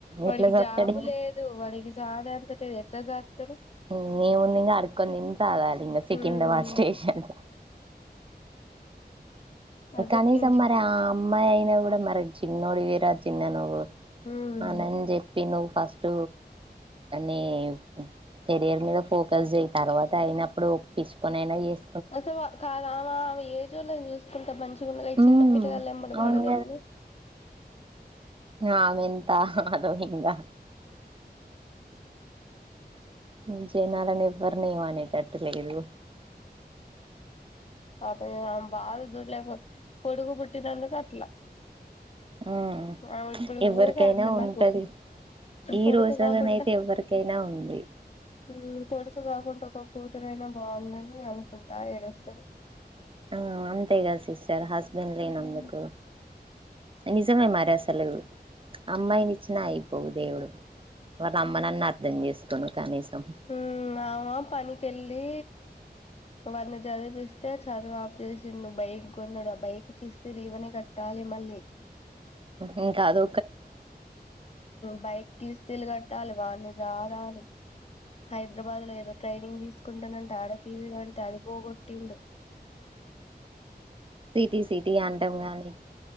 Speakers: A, on the left; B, on the right.
A: వాడికి
B: ఎట్లా సత్తడు
A: జాబు
B: ఇంగ
A: లేదు వాడికి <unintelligible> ఎట్ల సాక్తడు
B: ఇంగ ఏముంది ఇంగ అడుక్కొని తిని తాగాలి ఇంగ సికింద్రావాద్
A: ఉమ్
B: స్టేషన్లా ఇ
A: అది
B: కనీసం
A: ఇంటికి
B: మరి ఆ అమ్మాయి అయినా కూడా మరి చిన్నోడివిరా చిన్న నువ్వు
A: ఉమ్
B: అనన్ చెప్ నువ్వు ఫస్ట్ అని కెరియర్ మీద ఫోకస్ చేయి తర్వాత అయినప్పుడు ఒప్పించుకొని అయినా చేసు
A: అసలు కాదు ఆవ ఆవే ఏజొలని చూసు ఎంత మంచి ఉండగా ఈ
B: ఉమ్
A: చిన్న పిల్లగాండ్ల వెంబడి
B: అవును
A: పడుడు ఏంది
B: ఆమె ఎంత అదో హింగా
A: ఆ
B: మ్ జనాలను ఎవ్వరిని ఏమ్ అనేటట్టు లేదు
A: పాపం ఆమే బాధ చూడ్లేకపో కొడుకు పుట్టినందుకు అట్లా
B: ఉమ్
A: ఆవే ఇప్పుడు
B: ఎవరికైనా
A: ఊకే అంటది
B: ఉంటది
A: నాకు
B: ఈ
A: కొడుకు
B: రోజులనైతే
A: కాకుంట
B: ఎవరికైనా ఉంది
A: ఉమ్ కొడుకు కాకుంట ఒక కూతురైనా బాగుండని అనుకుంటా ఏడుస్తది
B: ఆ అంతేకదా సిస్ ర్ హస్బెండ్ లేనందుకు
A: ఉమ్
B: నిజంమే మరి అసలు అమ్మాయిని ఇచ్చిన అయిపోవు దేవుడు వాళ్ళ అమ్మనన్న అర్ధం చేసుకును కనీసం
A: ఉమ్ ఆవ పనికెళ్ళి వాని చదివిపిస్తే చదువు ఆప్ చేసిండు బైక్ కొన్నాడు ఆ బైక్ కిస్తిలు ఇమనే కట్టాలి మళ్లీ ఎ
B: ఉమ్ కాదు
A: బైక్ కిస్తిలు కట్టాలి వాని సా కాలి హైదరాబాద్ లో ఏదో ట్రైనింగ్ తీ కుంటన్నంటాడ ఫీల్ అ తలిపోగ కొటిడు
B: సిటీ సిటీ అనంటాం గాని